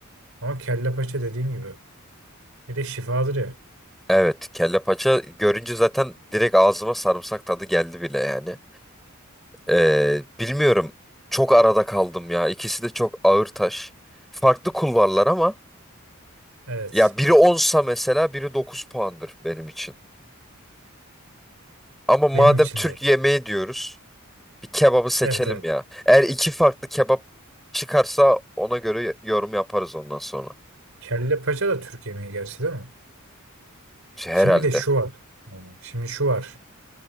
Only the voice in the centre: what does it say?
Evet kelle paça görünce zaten direkt ağzıma sarımsak tadı geldi bile yani. Ee, bilmiyorum. Çok arada kaldım ya. İkisi de çok ağır taş. Farklı kulvarlar ama
Ya biri onsa mesela biri 9 puandır benim için. Ama madem
Türk
yemeği diyoruz, bir kebabı seçelim
ya. Eğer iki farklı kebap çıkarsa ona göre yorum yaparız ondan sonra.
Şey,
Herhalde.